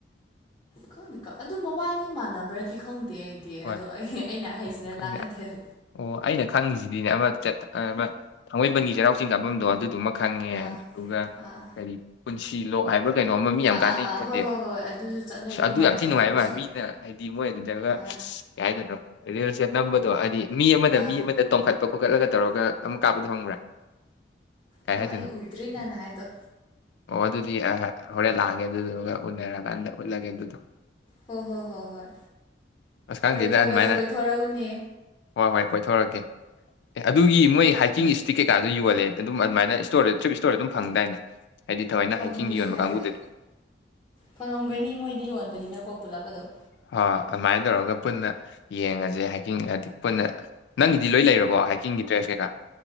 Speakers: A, on the left; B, on the left.
A: ꯈꯪꯗꯦꯀꯣ ꯑꯗꯨ ꯃꯕꯥꯟꯅꯤ ꯃꯥꯟꯅꯕꯔꯗꯤ ꯈꯪꯗꯦ ꯇꯦꯛ ꯑꯦ ꯇꯦꯛ
B: ꯍꯣꯏ
A: ꯑꯒ ꯑꯩ ꯑꯩꯅ ꯍꯥꯏꯁꯤꯅ
B: ꯈꯪꯗꯦ
A: ꯂꯥꯡꯉꯥꯊꯦꯜ
B: ꯑꯣ ꯑꯩꯅ ꯈꯪꯉꯤꯁꯤꯗꯤꯅꯦ ꯑꯃ ꯆꯠ ꯑꯕ ꯊꯥꯡꯃꯩꯕꯟꯒꯤ ꯆꯩꯔꯥꯎ ꯆꯤꯡ ꯀꯥꯕꯝꯗꯣ ꯑꯗꯨ ꯑꯗꯨꯃ ꯈꯪꯉꯦ
A: ꯑꯥ
B: ꯑꯗꯨꯒ
A: ꯑꯥ
B: ꯀꯔꯤ ꯄꯨꯟꯁꯤꯂꯣꯛ ꯍꯥꯏꯕ ꯀꯩꯅꯣꯝꯃ ꯃꯤ ꯌꯥꯝ
A: ꯑꯥ
B: ꯀꯥꯟꯅꯩ
A: ꯑꯥ ꯑꯥ ꯍꯣꯏ ꯍꯣꯏ ꯍꯣꯏ
B: <inaudible>
A: ꯑꯗꯨꯁꯨ ꯆꯠꯅꯩ
B: ꯑꯗꯨ
A: ꯃꯤ
B: ꯌꯥꯝ ꯊꯤ
A: ꯆꯠꯅꯩ
B: ꯅꯨꯡꯉꯥꯏꯕ
A: ꯄꯨꯁꯤꯜꯂꯣ
B: ꯃꯥꯜꯂꯤ ꯃꯤꯅ ꯍꯥꯏꯗꯤ ꯃꯣꯏ ꯑꯗꯨꯗꯒ
A: ꯑꯥ
B: ꯌꯥꯏ ꯀꯩꯅꯣ ꯔꯤꯜꯁꯦ ꯅꯝꯕꯗꯣ ꯍꯥꯏꯗꯤ ꯃꯤ ꯑꯃꯅ
A: ꯑꯥ
B: ꯃꯤ ꯑꯃꯗ ꯇꯣꯡꯈꯠ ꯑꯄ ꯀꯣꯀꯠꯂꯒ ꯇꯧꯔꯒ ꯑꯃꯨꯛ ꯀꯥꯞꯄꯗꯣ ꯈꯪꯕ꯭ꯔꯥ ꯀꯩ
A: ꯑꯣ
B: ꯍꯥꯏꯗꯣꯏꯅꯣ
A: ꯑꯩ ꯎꯗ꯭ꯔꯤ ꯅꯪꯅ ꯍꯥꯏꯗ
B: ꯑꯣ ꯑꯗꯨꯗꯤ ꯍꯣꯔꯦꯟ ꯂꯥꯛꯑꯒꯦ ꯑꯗꯨꯗꯨꯒ ꯎꯅꯔꯀꯥꯟꯗ ꯎꯠꯂꯒꯦ ꯑꯗꯨꯗꯣ
A: ꯍꯣꯏ ꯍꯣ ꯍꯣꯏ ꯍꯣꯏ
B: ꯑꯁ ꯈꯪꯗꯦꯗ
A: ꯍꯣꯔꯦꯟ ꯈꯔꯒꯁꯨ
B: ꯑꯗꯨꯃꯥꯏꯅ
A: ꯀꯣꯏꯊꯣꯔꯛꯎꯅꯦ
B: ꯍꯣꯏ ꯍꯣꯏ ꯀꯣꯏꯊꯣꯔꯛꯀꯦ ꯑꯦ ꯑꯗꯨꯒꯤ ꯃꯣꯏ ꯍꯥꯏꯀꯤꯡ ꯏꯁꯇꯤꯛ ꯀꯩꯀꯥꯗꯣ ꯌꯣꯜꯂꯦ ꯑꯗꯨꯝ ꯑꯗꯨꯃꯥꯏꯅ ꯏꯁꯇꯣꯔꯗ ꯊꯔꯤꯞ ꯏꯁꯇꯣꯔꯗ ꯑꯗꯨꯝ ꯐꯪꯗꯥꯏꯅꯦ ꯍꯥꯏꯗꯤ ꯊꯑꯣꯏꯅ
A: ꯐꯪꯉꯝꯕꯁꯨ
B: ꯍꯥꯏꯀꯤꯡꯒꯤ ꯌꯣꯟꯕ
A: ꯌꯥꯏꯑꯦ
B: ꯀꯥꯡꯕꯨꯗꯗꯤ
A: ꯐꯪꯉꯝꯒꯅꯤ ꯃꯣꯏꯗꯤ ꯌꯣꯟꯕꯅꯤꯅꯀꯣ ꯄꯨꯂꯞ ꯑꯗꯨꯝ
B: ꯍ ꯑꯗꯨꯃꯥꯏꯅ ꯇꯧꯔꯒ ꯄꯨꯟꯅ ꯌꯦꯡꯉꯁꯦ ꯍꯥꯏꯀꯤꯡ ꯍꯥꯏꯗꯤ ꯄꯨꯟꯅ ꯅꯪꯒꯤꯗꯤ ꯂꯣꯏ ꯂꯩꯔꯕꯣ ꯍꯥꯏꯀꯤꯡꯒꯤ ꯗꯔ꯭ꯦꯁ ꯀꯩꯀꯥ